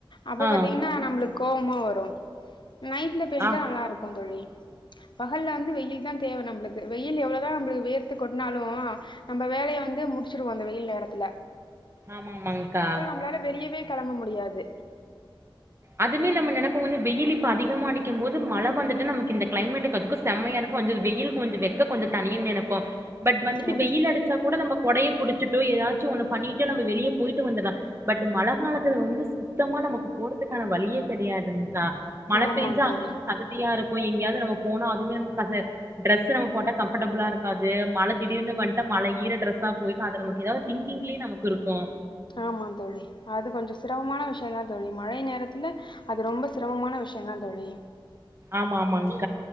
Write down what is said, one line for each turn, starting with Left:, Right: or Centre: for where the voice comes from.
Left: அப்ப
Right: ஆ
Left: பாத்தீங்கன்னா நம்மளுக்கு கோபமா வரும் நைட்டில பெய்ஞ்சால்
Right: ஆ
Left: நல்லாிருக்கும் தோழி பகலா வந்து வெயில் தான் தேவை நம்பளுக்கு வெயில் எவ்வளவுதான் நம்மளுக்கு வெர்த்து கொட்னாலும் நம்ம வேலையை வந்து முடிச்சிருவோம் அந்த வெயில் நேரத்துல
Right: ஆமாமங்கா
Left: நளால வெளியவே கிளம்ப முடியாது
Right: அதுமே நம்ம நினைப்போம் வந்து வெயில் இப்ப அதிகமா அடிக்கும் போது மழை வந்துட்டு நமக்கு இந்த கிளைமேட்டுக்கு அதுக்கும் செம்மையா இருக்கும் கொஞ்சம் வெயில் கொஞ்சம் வக்க கொஞ்சம் தனியனுு நைப்போம் பட் வந்துட்டு
Left: ஆமா
Right: வெயில் அடிச்சா கூட நம கொடைய புடிச்சிட்டோ ஏதாச்சும் ஒண்ண பண்ணிட்டு நம்ம வெளியே போயிட்டு வந்துடலாம் பட் மழ காலத்துல வந்து சுத்தமா நமக்கு போர இக்கான வழியே கிடையாதுங்க மழை
Left: ஆமா
Right: பெஞ்சா
Left: தோழி
Right: அங்க அங்க சகதியா இருக்கு போய் எங்கயாவது நம்ம போனா அதுவுமே நம டிரெஸ் நம்ம போட்டா காம்போர்டபிள்லா இருக்காது மழை திடீர்னு வந்ட்ட மழ ஈர டிரெஸா போயிருும் அது நமக்கு ஏதாவது திங்கிங்லயே நமக்கு இருக்கும்
Left: ஆமா தோழி அது கொஞ்சம் சிரமமான விஷயம் தான் தோழி மழை நேரத்துல அது ரொம்ப சிரமமான விஷயம் தான் தோழி
Right: ஆமா ஆமாங்க